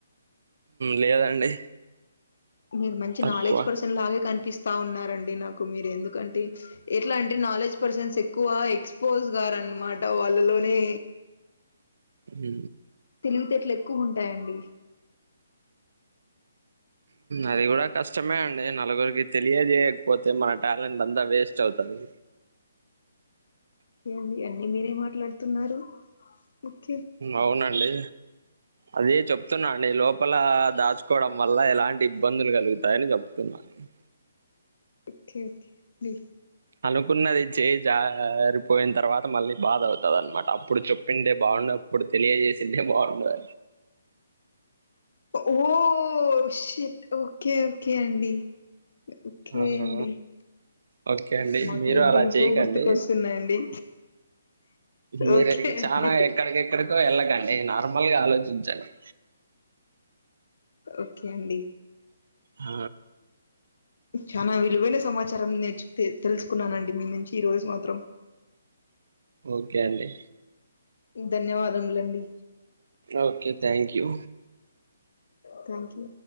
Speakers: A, on the right; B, on the left.
A: లేదండి
B: మీరు మంచి
A: తక్కువ
B: నాలెడ్జ్ పర్సన్ లాగే కనిపిస్తా ఉన్నారండి నాకు మీరు ఎందుకంటే ఎట్లా అంటే నాలెడ్జ్ పర్సన్స్ ఎక్కువ ఎక్స్పోజ్ గారు అనమాట వాళ్ళలోనే
A: హు
B: తెలివితేటలు ఎక్కువ ఉంటాయండి
A: అది కూడా కష్టమే అండి నలుగురికి తెలియజేయకపోతే మన టాలెంట్ అంతా వేస్ట్ అవుతు అది
B: ఏంది అండి మీరెం మాట్లాడుతున్నారు ఓకే
A: అవునండి అదే చెప్తున్నా అండి లోపల దాచుకోవడం వల్ల ఎలాంటి ఇబ్బందులు కలుగుతాయని చెప్తున్నా అ
B: ఓకే ఓకే బీ
A: అనుకున్నది చేయి జారిపోయిన తర్వాత మళ్ళీ బాధ అవుతది అనమాట అప్పుడు చెప్పిండే బాగుండు తెలియజేస్తుంటే బాగుండు
B: ఓ షట్ ఓకే ఓకే అండి ఓకే
A: ఆహా
B: అండి
A: ఓకే అండి
B: మాకు
A: మీరు
B: ఏంటేంటివో
A: అలా చేయకండి
B: గుర్తుకొస్తున్నాయండి
A: మీరు
B: ఓకే అండి
A: చాలా ఎక్కడికి ఎక్కడికి వెళ్ళకండి నార్మల్ గా ఆలోచించండి
B: ఓకే అండి
A: ఆ
B: చాలా విలువైన సమాచారం నేర్చు తెలుసుకున్నానండి మీ నుంచి ఈ రోజు మాత్రం
A: ఓకే అండి
B: ధన్యవాదములండి
A: okay thank you
B: thank you